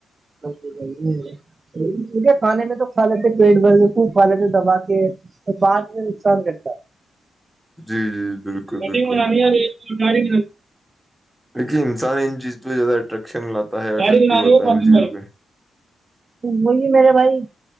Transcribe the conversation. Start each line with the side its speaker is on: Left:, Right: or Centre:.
Right: ا ج ج <unintelligible> ے کھانے میں تو کھا لیتے پیٹ بھر کے خوب کھا لیتے دبا کے تو بعد میں نقصان کرتا ہے
Centre: جی جی بالکل
Right: کٹنگ
Centre: بالکل
Right: بنانی ہے ک بنانی
Centre: کیی کھی انسان ان چیز پہ زیادہ اٹریکشن لاتا ہے اٹریکٹو
Right: گاڑی بنانی
Centre: ہوتا
Right: ہو
Centre: ہے
Right: پانی
Centre: ان چیزوں
Right: بھائی
Centre: پہ
Right: وہی میرے بھائی